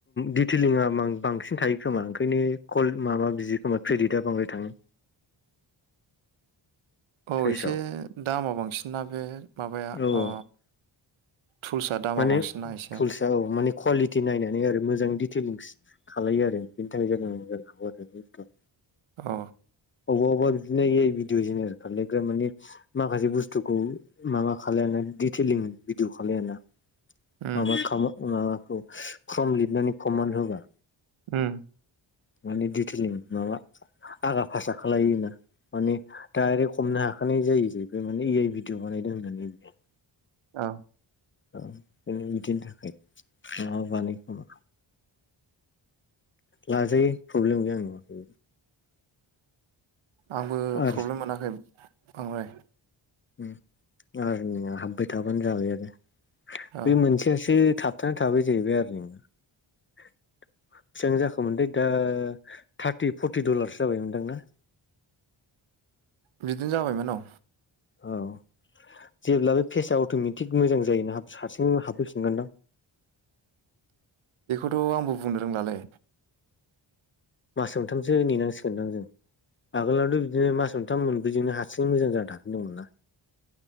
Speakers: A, on the left; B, on the right.
A: दिडिटेलिंआ मा बांसिन थायो खोमा ओंखायनो कल माबा बियो खोमा क्रेडिटआ बांद्राय थाङो
B: औ
A: साइसआव
B: एसे दामा बांसिन ना बे माबाया
A: औ औ
B: अ टुल्सआ दामा
A: माने
B: बांसिन ना एसे
A: थुलसा औ माने कुवालिटि नायनानै आरो मोजां डिटेलिंस खालामलायो आरो बेनि थाखाय जादों जानो हागौ आरो
B: औ
A: अबावबा अबावबा बिदिनो ए आइ भिडअ जेनेरेट खालामलायग्रा माने माखासे बुस्थुखौ माबा खालामलानो दिटेलिं भिदिअ खालायाना ।
B: उम
A: माबा ख माबाखौ फ्रम लिरनानै खमान होबा।
B: ओम
A: माने दिटिलिं माबा आगा फासा खालायोना। माने डायरेक्ट हमनो हाखानाय जायो जाहैबाय माने ए आइ भिडिअ बानायदों होननानै बियो।
B: औ
A: औ बे बिदिनो थाखाय माबा बानायो खोमा। लाजायो प्रब्लेम गैया आं नुआखैनो।
B: आंबो
A: आरो
B: प्रब्लेम मोनाखै बांद्राय
A: ओम आरनिंया हाब्बाय थाबानो जाबाय आरो बे
B: औ
A: मोनसेस से थाबथानानै थाबाय जाहैबाय आरो बेसिबां जाखो मोन दा थार्टि फर्टि दलार्स जाबायमोनदां ना। <inaudible>
B: बिदिनो जाबायमोन औ।
A: औ जेब्लाबो फेसआ अट'मेटिक मोजां जायोना हाब सारसिं हाबफैफिनगोनदां।
B: थ' आंबो बुंनो रोंलालै।
A: मास मोनथामसो नेनांसिगोनदां जों आगोलावथ' बिदिनो मास मोन थाम मोनब्रैजोंनो हारसिं मोजां जानानै दंमोन ना